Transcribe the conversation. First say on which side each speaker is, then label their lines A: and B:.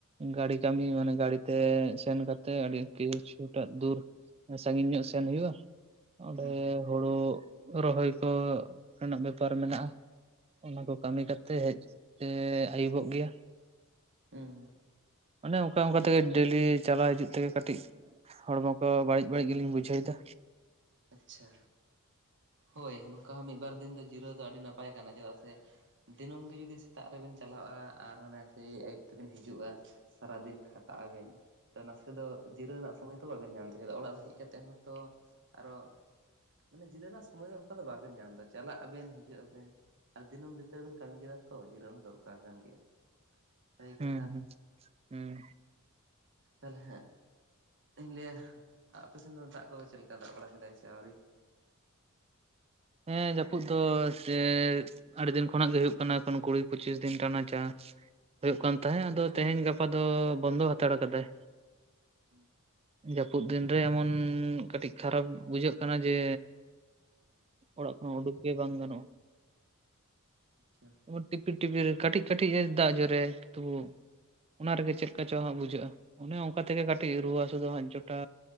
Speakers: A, on the right (about 25°); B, on the right (about 55°).
A: ᱜᱟᱹᱲᱤ ᱠᱟᱹᱢᱤ᱾ ᱢᱟᱱᱮ ᱜᱟᱹᱲᱤ ᱛᱮ ᱥᱮᱱ ᱠᱟᱛᱮ ᱟᱹᱰᱤ ᱠᱤ ᱠᱤᱪᱷᱩᱴᱟ ᱫᱩᱨ ᱥᱟᱺᱜᱤᱧ ᱧᱚᱜ ᱥᱮᱱ ᱦᱩᱭᱩᱜᱼᱟ᱾ ᱚᱸᱰᱮ
B: ᱦᱩᱸ
A: ᱦᱩᱲᱩ ᱨᱚᱦᱚᱭ ᱠᱚ ᱨᱮᱱᱟᱜ ᱵᱮᱯᱟᱨ ᱢᱮᱱᱟᱜᱼᱟ᱾ ᱚᱱᱟ ᱠᱚ ᱠᱟᱹᱢᱤ ᱠᱟᱛᱮᱜ ᱦᱮᱡ ᱛᱮ ᱟᱹᱭᱩᱵᱚᱜ ᱜᱮᱭᱟ᱾
B: ᱦᱩᱸ᱾
A: ᱚᱱᱮ ᱚᱱᱠᱟ ᱚᱱᱠᱟ ᱛᱮᱜᱮ ᱰᱮᱞᱤ ᱪᱟᱞᱟᱣ ᱦᱤᱡᱩᱜ ᱛᱮᱜᱮ ᱠᱟᱹᱴᱤᱡ ᱦᱚᱲᱢᱚ ᱠᱚ ᱵᱟᱹᱲᱤᱡ ᱵᱟᱹᱲᱤᱡ ᱜᱮᱞᱤᱧ ᱵᱩᱡᱷᱟᱹᱣ ᱮᱫᱟ᱾
B: ᱟᱪᱪᱷᱟ ᱦᱳᱭ, ᱱᱚᱝᱠᱟ ᱦᱚᱸ ᱢᱤᱫ ᱵᱟᱨ ᱫᱤᱱ ᱫᱚ ᱡᱤᱨᱟᱹᱣ ᱫᱚ ᱟᱹᱰᱤ ᱱᱟᱯᱟᱭ ᱠᱟᱱᱟ ᱪᱮᱫᱟᱜ ᱥᱮ ᱫᱤᱱᱟᱹᱢ ᱜᱮ ᱡᱩᱫᱤ ᱥᱮᱛᱟᱜ ᱨᱮᱵᱮᱱ ᱪᱟᱞᱟᱜᱼᱟ ᱟᱨ ᱦᱟᱱᱮ ᱥᱮᱭ ᱟᱹᱭᱩᱵᱽ ᱛᱮᱵᱮᱱ ᱦᱤᱡᱩᱜᱼᱟ᱾ ᱥᱟᱨᱟ ᱫᱤᱱ ᱠᱷᱟᱴᱟᱜ ᱟᱵᱮᱱ᱾ ᱛᱚ ᱱᱟᱥᱮ ᱫᱚ ᱡᱤᱨᱟᱹ ᱨᱮᱱᱟᱜ ᱥᱚᱢᱚᱭ ᱛᱚ ᱵᱟᱵᱮᱱ ᱧᱟᱢ ᱫᱟᱲᱮ ᱪᱚ ᱚᱲᱟᱜ ᱨᱮ ᱦᱮᱡ ᱠᱟᱛᱮᱫ ᱦᱚᱸᱛᱚ, ᱟᱨᱚ ᱢᱟᱱᱮ ᱡᱤᱨᱟᱹᱜ ᱨᱮᱭᱟᱜ ᱥᱚᱢᱚᱭ ᱫᱚ ᱚᱱᱠᱟ ᱫᱚ ᱵᱟᱵᱮᱱ ᱧᱟᱢ ᱮᱫᱟ, ᱪᱟᱞᱟᱜ ᱟᱵᱮᱱ ᱦᱤᱡᱩᱜ ᱟᱵᱮᱱ ᱟᱨ ᱫᱤᱱᱟᱹᱢ ᱞᱤᱛᱟᱹᱨ ᱵᱮᱱ ᱠᱟᱹᱢᱤ ᱠᱮᱫᱟ ᱛᱚ᱾ ᱡᱤᱨᱟᱹ ᱦᱚᱸ ᱫᱚᱨᱠᱟᱨ ᱠᱟᱱ ᱜᱮᱭᱟ᱾ ᱵᱷᱟᱹᱜᱤ ᱠᱟᱛᱷᱟ᱾
A: ᱦᱩᱸ ᱦᱩᱸ ᱦᱩᱸ
B: ᱛᱟᱦᱞᱮ ᱦᱮᱜ ᱤᱧ ᱞᱟᱹᱭᱟ ᱟᱯᱮ ᱥᱮᱱ ᱫᱚ ᱫᱟᱜ ᱠᱚᱫᱚ ᱪᱮᱫ ᱞᱮᱠᱟ ᱫᱟᱜ ᱵᱟᱲᱟ ᱠᱮᱫᱟᱭ ᱥᱮ ᱥᱮ ᱟᱹᱣᱨᱤ᱾
A: ᱦᱮᱸ ᱡᱟᱹᱯᱩᱫ ᱫᱚ ᱥᱮ ᱟᱹᱰᱤ ᱫᱤᱱ ᱠᱷᱚᱱᱟᱜ ᱜᱮ ᱦᱳᱭᱳᱜ ᱠᱟᱱᱟ, ᱮ ᱠᱩᱲᱤ ᱯᱩᱪᱤᱥ ᱫᱤᱱ ᱴᱟᱱᱟ ᱡᱟ ᱦᱚᱭᱚᱜ ᱠᱟᱱ ᱛᱟᱦᱮᱸᱫ ᱟᱫᱚ ᱛᱮᱦᱮᱧ ᱜᱟᱯᱟ ᱫᱚ ᱵᱚᱱᱫᱚ ᱦᱟᱛᱟᱲ ᱠᱟᱫᱟᱭ
B: ᱦᱩ
A: ᱡᱟᱹᱯᱩᱫ ᱫᱤᱱ ᱨᱮ ᱮᱢᱚᱱ ᱠᱟᱹᱴᱤᱡ ᱠᱷᱟᱨᱟᱯ ᱵᱩᱡᱷᱟᱹᱜ ᱠᱟᱱᱟ ᱡᱮ ᱚᱲᱟᱜ ᱠᱷᱚᱱ ᱩᱰᱩᱠ ᱜᱮ ᱵᱟᱝ ᱜᱟᱱᱚᱜᱼᱟ
B: ᱟᱪᱪᱷᱟ
A: ᱦᱚᱜ ᱴᱤᱯᱤᱨ ᱴᱤᱯᱤᱨ ᱮ ᱠᱟᱹᱴᱤᱡ ᱠᱟᱹᱴᱤᱡ ᱮ ᱫᱟᱜ ᱡᱨᱮ ᱛᱚᱵᱩ ᱚ ᱚᱱᱟ ᱨᱮᱜᱮ ᱪᱮᱫ ᱠᱟ ᱪᱚ ᱦᱟᱸᱜ ᱵᱩᱡᱟᱹᱜᱼᱟ ᱚᱱᱮ ᱚᱱᱠᱟ ᱛᱮᱜᱮ ᱠᱟᱹᱴᱤᱡ ᱨᱩᱣᱟᱹ ᱦᱟᱹᱥᱩ ᱫᱚ ᱦᱟᱸᱜ ᱡᱚᱴᱟ